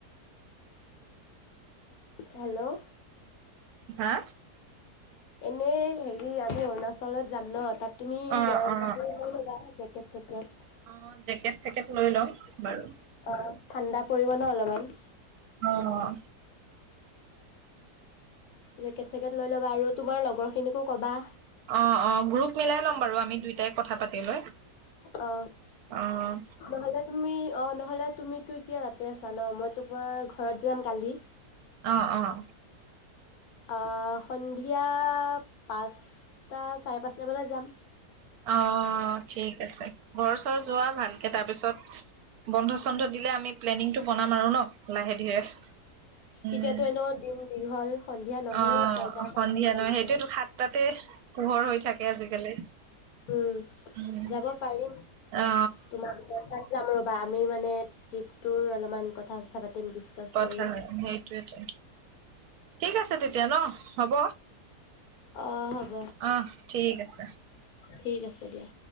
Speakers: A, on the left; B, on the right.
A: হেল্ল'
B: হা
A: এনে হেৰি আমি অৰুণাচলত যাম ন তাত তুমি
B: অ',
A: গৰম
B: অ',
A: কাপোৰ লৈ লবা জেকেট চেকেট
B: অ', জেকেট চেকেট লৈ লম বাৰু
A: অ ঠাণ্ডা পৰিব ন অলপমান
B: অ
A: জেকেট চেকেট লৈ ল'বা আৰু তোমাৰ লগৰ খিনিকো কবা
B: অ অ গ্ৰুপ মিলাই ল'ম বাৰু আমি দুইটাই কথা পাতি লৈ
A: অ
B: অ',
A: নহলে তুমি অ নহলে তুমিতো এতিয়া তাতে আছা ন মই তোমাৰ ঘৰত যাম কালি
B: অ', অ',
A: অহ সন্ধিয়া পাঁচটা চাৰে পাঁচটা বজাত যাম
B: অ ঠিক আছে ঘৰ চৰ যোৱা ভালকে তাৰপিছত বন্ধ চন্ধ দিলে আমি প্লেনিংটো বনাম আৰু ন লাহে ধীৰে উম
A: এতিয়াতো এনেও দিন দীঘল সন্ধিয়া নহয়ে
B: অ
A: ছয়টা চাৰে
B: সন্ধিয়া
A: ছয়টালৈকে
B: নহয় সেইটোয় তো সাতটাতে পোহৰ হৈ থাকে আজিকালি
A: উম
B: উম
A: যাব পাৰিম
B: অ
A: তোমালোকৰ তাত <unintelligible> মানে ট্ৰিপটোৰ অলপমান কথা-চথা পাতিম। ডিচকাচ
B: কথা,
A: কৰিম
B: সেইটোৱেতো। ঠিক আছে তেতিয়া ন, হ'ব?
A: অ হ'ব
B: অহ, ঠিক আছে।
A: ঠিক আছে দিয়া।